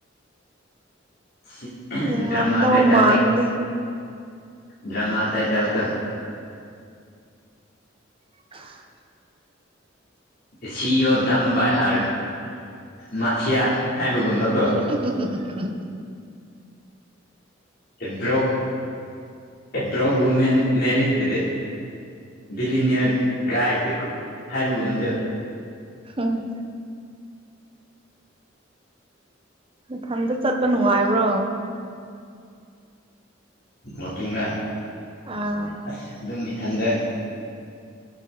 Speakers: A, on the left; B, on the right.
A: ꯁꯤ
B: ꯌꯦꯡꯂꯝꯗꯧ
A: ꯗ꯭ꯔꯃꯥ ꯇꯥꯏꯇꯜꯅꯤ
B: ꯃꯥꯟꯗꯦ
A: ꯗ꯭ꯔꯃꯥ ꯇꯥꯏꯇꯜꯒ
B: <unintelligible>
A: ꯁꯤ ꯏ ꯌꯣ ꯗꯝ ꯕꯥꯏ ꯍꯔ ꯃꯥꯐꯤꯌꯥ ꯍꯥꯏꯕꯒꯨꯝꯕ ꯀꯣ
B: <unintelligible>
A: ꯑꯦꯕ꯭ꯔꯣꯛ ꯑꯦꯕ꯭ꯔꯣꯛ ꯋꯨꯃꯦꯟ ꯃꯦꯔꯤꯠ ꯏꯕꯤꯜ ꯕꯤꯂꯤꯅ꯭ꯌꯔ ꯒꯥꯏ ꯍꯥꯏꯕꯒꯨꯝꯕꯗꯣ
B: <unintelligible> ꯅꯊꯟꯗ ꯆꯠꯄ ꯅꯨꯡꯉꯥꯏꯕ꯭ꯔꯣ
A: ꯋꯥꯀꯤꯡꯂꯥ
B: ꯑꯥ
A: ꯑꯁ ꯗꯨꯝ ꯏꯊꯟꯗ